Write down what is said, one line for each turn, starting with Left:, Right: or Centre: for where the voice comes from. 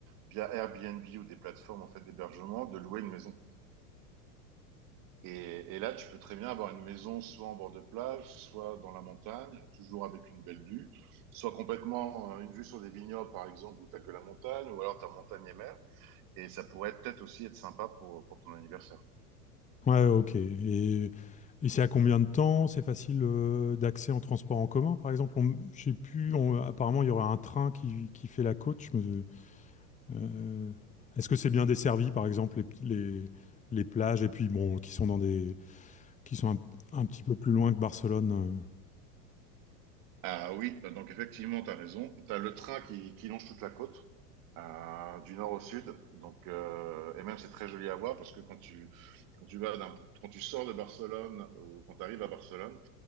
Right: via Airbnb ou des plateformes en fait, d'hébergement, de louer une maison. Et, et là, tu peux très bien avoir une maison soit en bord de plage, soit dans la montagne, toujours avec une belle vue, soit complètement euh, une vue sur des vignobles, par exemple, où t'as que la montagne, ou alors t'as montagne et mer. Et ça pourrait peut-être aussi être sympa pour, pour ton anniversaire.
Left: Ouais, ok. Et, et c'est à combien de temps? C'est facile euh, d'accès en transport en commun, par exemple? On- Je sais plus. on- apparemment, il y aura un train qui, qui fait la côte. Je me, Euh, Est-ce que c'est bien desservi, par exemple, les, les, les plages, et puis bon, qui sont dans des, qui sont un, un petit peu plus loin que Barcelone. euh.
Right: Ah oui, donc effectivement, t'as raison. T'as le train qui, qui longe toute la côte. euh, du nord au sud, donc euh, et même c'est très joli à voir parce que quand tu quand tu vas d'un quand tu sors de Barcelone ou quand tu arrives à Barcelone,